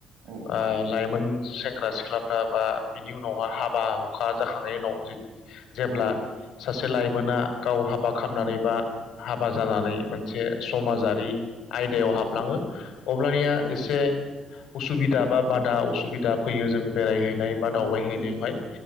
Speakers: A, on the right; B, on the left.
A: औ
B: बा लाइमोन। सेंग्रा सिख्लाफ्रा बा बिनि उनावहा हाबा हुखा जाखांनायनि उनाव जेब्ला
A: औ
B: सासे लाइमोना गाव हाबा खालामनानै
A: औ
B: बा हाबा जानानै मोनसे समाजारि
A: औ
B: आयदायाव हाबलाङो अब्लानिया
A: औ
B: एसे उसुबिदा बा
A: औ
B: बादा उसुबिदा फैयो जों बेरायहैनाय बा दावबायहैनायावहाय
A: औ फैयो फैयो